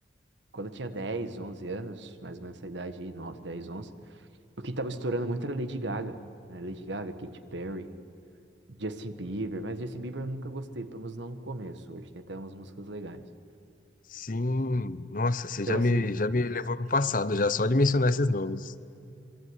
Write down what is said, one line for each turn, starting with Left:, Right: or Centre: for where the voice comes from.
Right: quando eu tinha 10 11 anos, mais ou menos essa idade aí, nove dez onze o que tava estourando muito era Lady Gaga, né? Lady Gaga, Katy Perry, Justin Bieber, mas Justin Bieber eu nunca gostei, pelo menos não no começo. Hoje tem até umas músicas legais.
Left: Sim, nossa, você
Right: Então,
Left: já
Right: assim,
Left: me, já me levou pro passado, já só de mencionar esses nomes.